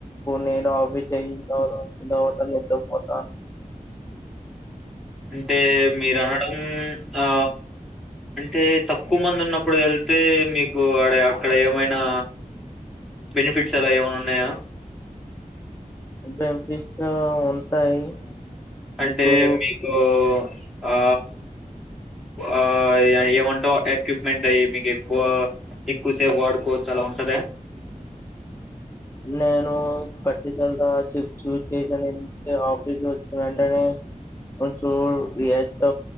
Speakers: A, on the left; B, in the centre.
A: నేను ఆఫీస్ అయిన తరువాత నిద్ర పోతా
B: అంటే మీరు అనడం ఆ అంటే తక్కువ మంది ఉన్నప్పుడు వెళ్తే మీకు ఆడే అక్కడ ఏమైనా బెనిఫిట్స్ అలా ఏమనా ఉన్నయా.
A: బెన్ఫిట్స్ ఉంటాయి.
B: అంటే
A: ఇప్పుడు
B: మీకు ఆ ఆ ఏమంటావు ఎక్విప్మెంట్ అయి మీకు ఎక్కువ ఎక్కువసేపు వాడుకోవచ్చు అలా ఉంటదా.
A: నేను కచ్చితంగా షిప్ట్స్ చేసాను ఆఫీస్ వచ్చిన వెంటేనే కొంచెం రియాక్స్